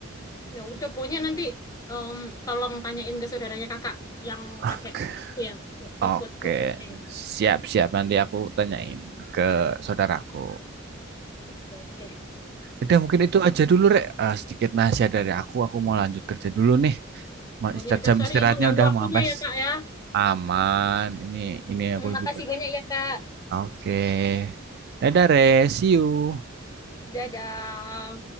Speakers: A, on the left; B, on the right.
A: Ya udah, pokoknya nanti em, tolong tanyain ke saudaranya Kakak yang
B: Oke,
A: pakai itu ya, seperti
B: oke,
A: Food, GoFood-nya itu.
B: siap-siap nanti aku tanyain ke saudaraku.
A: Ya, Oke,
B: Udah mungkin
A: ya
B: itu
A: udah.
B: aja dulu Rek. Eh, sedikit nasihat dari aku, aku mau lanjut kerja dulu nih. Ma-
A: Oh
B: Istirahat
A: ya udah,
B: jam
A: sorry
B: istirahatnya
A: mengganggu
B: udah
A: waktunya
B: mau habis.
A: ya, Kak ya.
B: Aman. Ini ini
A: <laughs>
B: aku
A: Makasih
B: juga.
A: banyak ya, Kak.
B: Oke. Dadah, Re. See you.
A: Dadah.